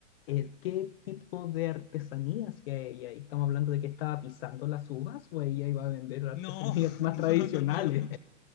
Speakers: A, on the left (about 50°); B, on the left (about 30°).
A: Eh, ¿qué tipo de artesanía hacía ella? Y estamos hablando de que estaba pisando las uvas o ella iba a vender artesanías
B: No, <laughs>
A: más
B: no,
A: tradicionales.
B: no, no, no, no.